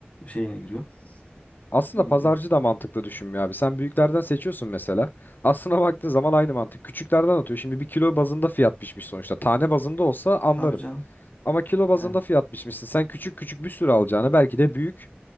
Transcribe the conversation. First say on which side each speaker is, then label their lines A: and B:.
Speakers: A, on the left (about 35°); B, on the left (about 50°).
A: şeyine giriyor.
B: Aslında
A: Hmm,
B: pazarcı da mantıklı düşünmüyor abi. Sen büyüklerden seçiyorsun mesela. <laughs> Aslına baktığın zaman aynı mantık. Küçüklerden atıyor. Şimdi bir kilo bazında fiyat biçmiş sonuçta. Tane bazında olsa anlarım.
A: Tabii canım.
B: Ama kilo bazında
A: Yani
B: fiyat biçmişsin. Sen küçük küçük bir sürü alacağını belki de büyük